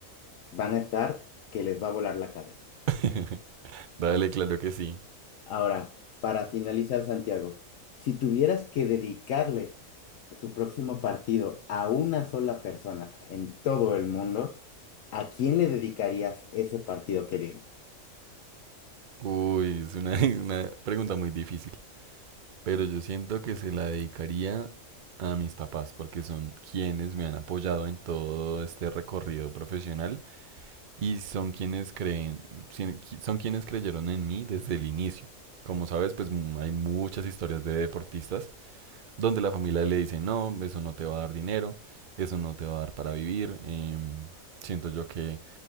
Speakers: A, on the left (about 75°); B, on the right (about 50°).
A: van a estar que les va a volar la cabeza.
B: <laughs> Dale, claro que sí.
A: Ahora, para finalizar, Santiago, si tuvieras que dedicarle tu próximo partido a una sola persona en todo el mundo, ¿a quién le dedicarías ese partido que viene?
B: Uy, es una, <laughs> una pregunta muy difícil, pero yo siento que se la dedicaría a mis papás porque son quienes me han apoyado en todo este recorrido profesional y son quienes creen, sien- qui- son quienes creyeron en mí desde el inicio. Como sabes, pues mm, hay muchas historias de deportistas donde la familia le dice, no, eso no te va a dar dinero, eso no te va a dar para vivir. eh, siento yo que